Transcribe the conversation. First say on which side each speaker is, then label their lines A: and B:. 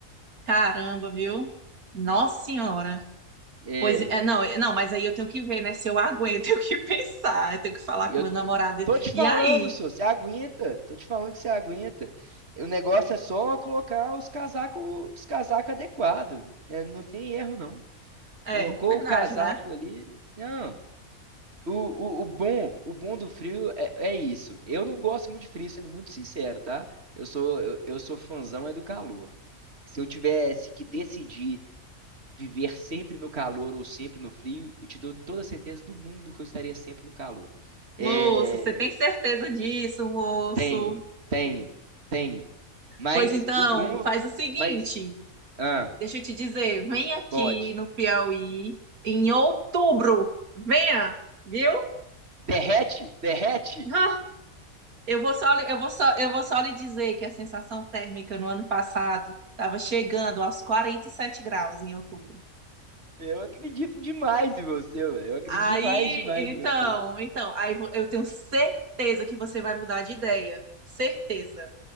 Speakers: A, on the right; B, on the right.
A: Caramba, viu? Nossa Senhora.
B: É,
A: Pois é, não, é- não, mas aí eu tenho que ver, né, se eu aguento, <laughs> eu tenho que pensar, eu tenho que falar
B: eu
A: com meu namorado.
B: Tô te falando,
A: E aí?
B: senhor, você aguenta. Tô te falando que você aguenta. O negócio é só colocar os casacos, os casacos adequados. É, não tem erro, não.
A: É,
B: Colocou
A: verdade,
B: o casaco
A: né?
B: ali. Não. O, o, o bom, o bom do frio é, é isso. Eu não gosto muito de frio, sendo muito sincero, tá? Eu sou, eu, eu sou fãzão é do calor. Se eu tivesse que decidir viver sempre no calor ou sempre no frio, eu te dou toda a certeza do mundo que eu estaria sempre no calor. É,
A: Moço, você tem certeza disso, moço?
B: Tenho, tenho, tenho. Mas
A: Pois então,
B: o boom.
A: faz o seguinte.
B: Mas. Ah,
A: Deixa eu te dizer, vem aqui
B: pode.
A: no Piauí em outubro. Venha, viu?
B: Derrete? Derrete?
A: Ah, eu vou só, lhe- eu vou só, eu vou só lhe dizer que a sensação térmica no ano passado estava chegando aos 47 graus em outubro.
B: Eu acredito demais em você, velho. Eu acredito
A: Aí,
B: demais, demais
A: então,
B: em você.
A: então, aí vo- eu tenho certeza que você vai mudar de ideia. Certeza.